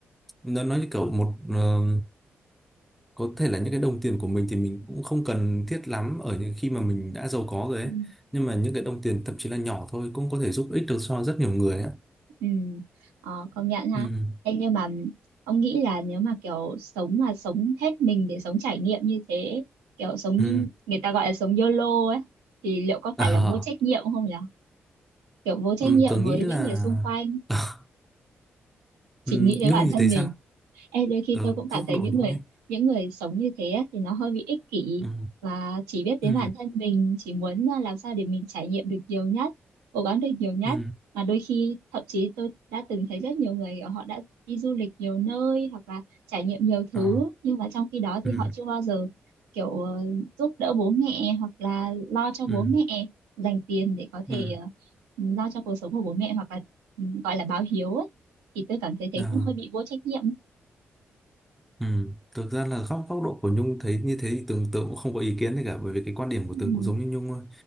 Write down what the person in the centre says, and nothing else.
nó nói như kiểu một ờ, có thể là những cái đồng tiền của mình thì mình cũng không cần thiết lắm ở những khi mà mình đã giàu có rồi ấy
nhưng mà những cái đồng tiền thậm chí là nhỏ thôi cũng có thể giúp ích được cho rất nhiều người ạ
ừ
ừ
à,
ừm,
tớ nghĩ
là
<laughs>
ừm,
Nhung
thì
thấy
sao
ờ
góc
độ
Nhung
ấy
ừ
ừ
ừ
à,
ừ
ừ
ừ
à.
Ừ, thực ra là góc góc độ của Nhung thấy như thế thì Tường Tường cũng không có ý kiến gì cả bởi vì cái quan điểm của
Tường cũng giống như Nhung thôi